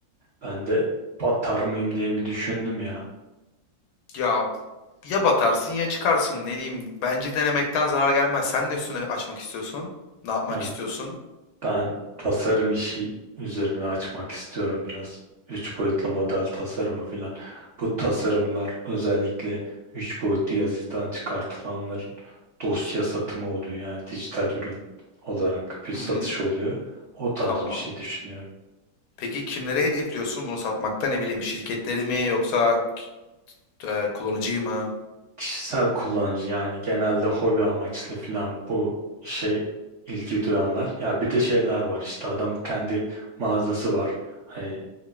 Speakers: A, on the right; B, on the left.
A: Ben de batar mıyım diye bir düşündüm ya.
B: <laughs> Ya Ya batarsın ya çıkarsın ne diyeyim. Bence denemekten zarar gelmez. Sen ne üstüne açmak istiyorsun? Ne yapmak
A: Yani
B: istiyorsun?
A: ben tasarım işi üzerine açmak istiyorum biraz. Üç boyutlu model tasarımı filan. Bu tasarımlar özellikle üç boyutlu yazıcıdan çıkartılanların dosya satımı oluyor. Yani dijital ürün olarak bir satış
B: Hı hı,
A: oluyor. O tarz
B: tamam.
A: bir şey düşünüyorum.
B: Peki kimlere hedefliyorsun bunu satmakta ne bileyim şirketleri mi yoksa e, kullanıcıyı mı?
A: kişisel kullanıcı yani genelde hobi amaçlı filan bu işe ilgi duyanlar. Ya bir de şeyler var işte adam kendi mağazası var. Hani